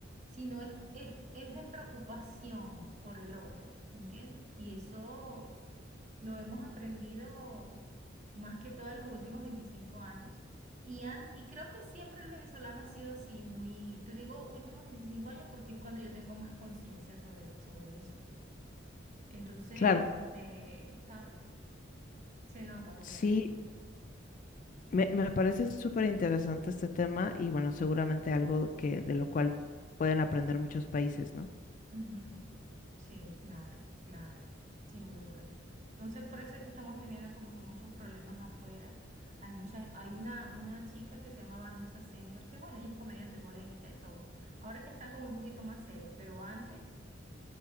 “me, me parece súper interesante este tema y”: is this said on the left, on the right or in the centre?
Left